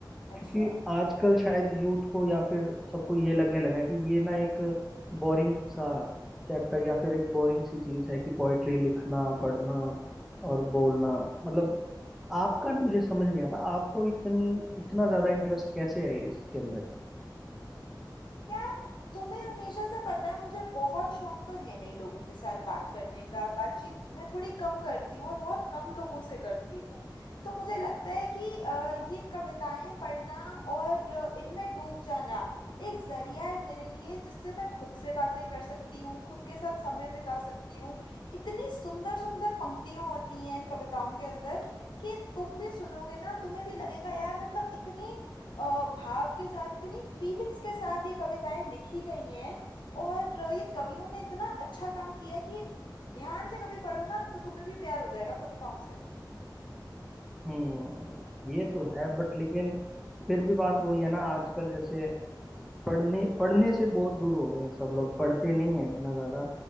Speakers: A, on the left; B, in the centre.
A: अच्छा
B: क्योंकि आजकल शायद यूथ को या फिर सबको ये लगने लगा कि ये ना एक बोरिंग सा चैप्टर या फिर एक बोरिंग सी चीज है कि पोइट्री लिखना पढ़ना और बोलना मतलब आपका मुझे समझ नहीं आता आपको इतनी इतना ज्यादा इंटरेस्ट कैसे है इसके अंदर
A: यार तुम्हें हमेशा से पता है मुझे बहुत शौक तो है नहीं लोगों के साथ बात करने का बातचीत मैं थोड़ी कम करती हूँ और बहुत कम लोगों से करती हूँ तो मुझे लगता है कि अ, ये कविताएं पढ़ना और इनमें डूब जाना एक जरिया है मेरे लिए जिससे मैं खुद से बातें कर सकती हूँ खुद के साथ समय बिता सकती हूँ इतनी सुंदर सुंदर पंक्तियाँ होती हैं इन कविताओं के अंदर कि तुम भी सुनोगे ना तुम्हें भी लगेगा यार मतलब इतनी अ, भाव के साथ इतनी फीलिंग्स के साथ ये कविताएं लिखी गई हैं और अ, ये कवियों ने इतना अच्छा काम किया है कि ध्यान से कभी पढ़ो ना तो तुम्हें भी प्यार हो जाएगा कविताओं से
B: हम्म ये तो है बट लेकिन फिर भी बात वही है ना आजकल जैसे पढ़ने पढ़ने से बहुत दूर हो गए हैं सब लोग पढ़ते नहीं हैं इतना ज्यादा